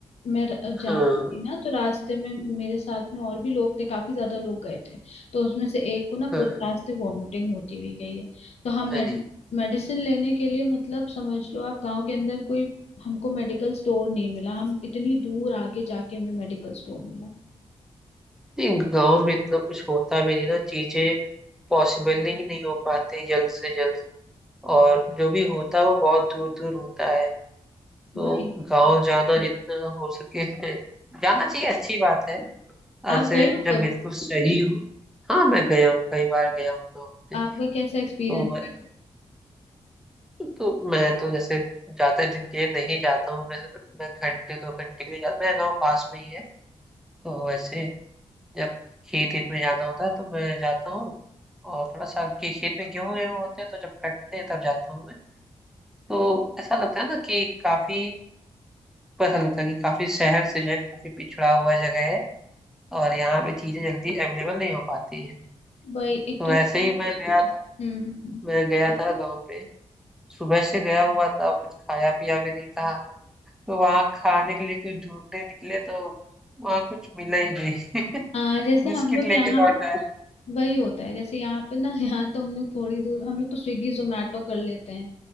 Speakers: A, on the left; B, in the centre.
A: मैं र-
B: हाँ
A: जा रही थी ना तो रास्ते में मेरे साथ में और भी लोग थे काफी ज्यादा लोग गए थे तो उसमें से एक को ना
B: हाँ
A: पूरे रास्ते वॉमिटिंग होती हुई गई है तो हम मेड,
B: अरे
A: मेडिसिन लेने के लिए मतलब समझ लो आप गांव के अंदर कोई हमको मेडिकल स्टोर नहीं मिला हम इतनी दूर आगे जाके हमें मेडिकल स्टोर मिला
B: नहीं गांव में इतना कुछ होता भी नहीं ना चीजें पॉसिबल ही नहीं हो पाते जल्द से जल्द और जो भी होता है वो बहुत दूर दूर होता है तो
A: वही
B: गांव जाना जितना हो सके जाना चाहिए अच्छी बात है
A: आप
B: ऐसे
A: गए हो
B: जब
A: कभी
B: बिल्कुल सही हो हाँ मैं गया हूँ कई बार गया हूँ गाँव में
A: आपका कैसा एक्सपीरियंस
B: तो मैं- तो मैं तो जैसे ज्यादा दिन के लिए नहीं जाता हूँ मैं मैं घंटे दो घंटे के लिए जाता हूँ। मेरा गाँव पास में ही है तो वैसे जब खेत खेत में जाना होता है तो मैं जाता हूँ और थोड़ा सा के खेत में गेहूं वेहूं होते हैं तो जब कटते हैं तब जाता हूँ मैं तो ऐसा लगता है ना कि काफी ऐसा लगता है कि काफी शहर से जो है काफी पिछड़ा हुआ जगह है और यहाँ पे चीजें जल्दी अवेलेबल नहीं हो पाती है
A: वही एक
B: तो
A: तो
B: ऐसे
A: हम्म
B: ही मैं गया था
A: हम्म, हम्म।
B: मैं गया था गाँव पे सुबह से गया हुआ था कुछ खाया पिया भी नहीं था तो वहाँ खाने के लिए कुछ ढूंढने निकले तो वहाँ कुछ मिला ही नहीं
A: आ, जैसे
B: बिस्किट
A: हम लोग
B: लेके
A: यहाँ
B: लौट आए
A: वही होता है जैसे यहाँ पे ना <laughs> यहाँ तो हम लोग थोड़ी दूर हम लोग तो स्विगी जोमेटो कर लेते हैं